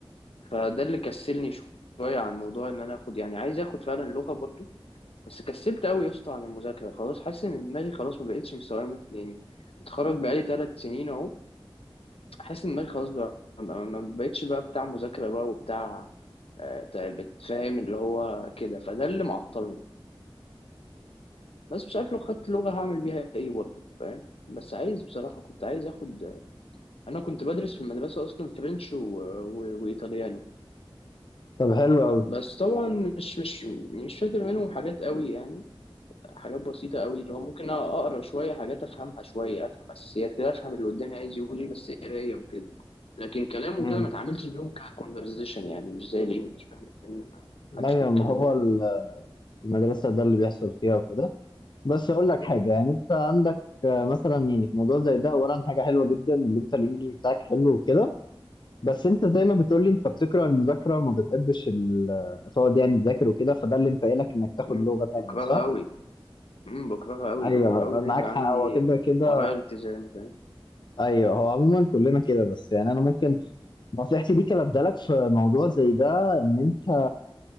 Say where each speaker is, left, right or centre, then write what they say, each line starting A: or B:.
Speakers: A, on the left; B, on the left.
A: فده اللي كسلني شو- شويه عن موضوع ان انا اخد يعني عايز اخد فعلا لغه برضو بس كسلت قوي يا اسطى عن المذاكره خلاص حاسس ان دماغي خلاص ما بقتش مستوعبه يعني متخرج بقالي ثلاث سنين اهو حاسس ان دماغي خلاص بقى ما ما بقتش بقى بتاع مذاكره بقى وبتاع آه، بتفهم اللي هو كده فده اللي معطلني بس مش عارف لو خدت لغة هعمل بيها ايه برضه فاهم بس عايز بصراحة كنت عايز اخد انا كنت بدرس في المدرسة اصلا فرنش و... و... وايطاليانو
B: طب حلو أوي
A: بس طبعا مش مش مش فاكر منهم حاجات قوي يعني حاجات بسيطة قوي اللي هو ممكن أقرأ شوية حاجات أفهمها شوية أفهم أساسيات كده أفهم اللي قدامي عايز يقول إيه بس قراية وكده لكن كلام
B: امم
A: وكده ما اتعاملتش بيهم ككونفرزيشن يعني مش زي الإنجليش فاهم لأن ما حدش
B: أيوة
A: بيتكلم
B: ما هو
A: يعني
B: ال- المدرسة ده اللي بيحصل فيها وكده بس أقول لك
A: مم،
B: حاجة يعني أنت عندك آه، مثلا يعني في موضوع زي ده أولا حاجة حلوة جدا اللي أنت الإنجليزي بتاعك حلو وكده بس أنت زي ما بتقولي أنت بتكره المذاكرة وما بتحبش ال- تقعد يعني تذاكر وكده فده اللي مفائلك إنك تاخد
A: مم،
B: لغة تانية
A: بكرهها
B: صح؟
A: قوي مم، بكرهها قوي
B: ايوه
A: بكره قوي إن
B: معاك
A: أنا يبقى
B: حق
A: عندي
B: هو كده كده
A: ورايا التزام فاهم
B: ايوه هو عموما كلنا كده بس يعني انا ممكن نصيحتي ليك أنا ابدالك في موضوع زي ده ان انت